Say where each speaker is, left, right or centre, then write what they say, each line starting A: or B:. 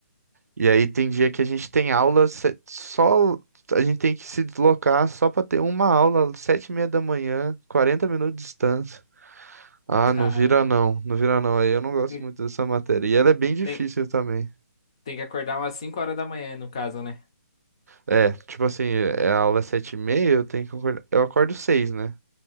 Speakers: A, on the right; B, on the left.
A: E aí tem dia que a gente tem aula, se- só a gente tem que se deslocar só para ter uma aula, sete e meia da manhã, 40 minutos de distância. Ah,
B: Cara,
A: não vira não, não vira não. Aí eu não gosto
B: tem,
A: muito dessa matéria. E ela é bem difícil
B: tem,
A: também.
B: tem que acordar umas 5 horas da manhã, no caso, né?
A: É, tipo assim, é a aula é sete e meia, eu tenho que acordar. Eu acordo seis, né?